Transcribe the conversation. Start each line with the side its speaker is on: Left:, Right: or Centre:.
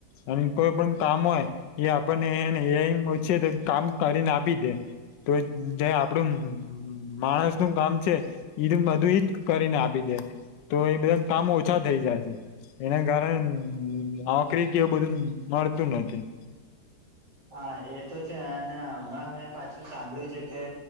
Left: અને કોઈ પણ કામ હોય એ આપણને એ ઓછ તો કામ કરીને આપી દે તો જે આપડું માણસ નું કામ છે ઈજ બધું ઈજ કરીને આપી દે તો એ બધા કામ ઓછા થઈ જાય છે એના કારણે આકરી કેવ બધું મળડપ નથીથી
Right: હા એ તો છે અને હમણાં મેં પાછું સાંભળ્યું છે કે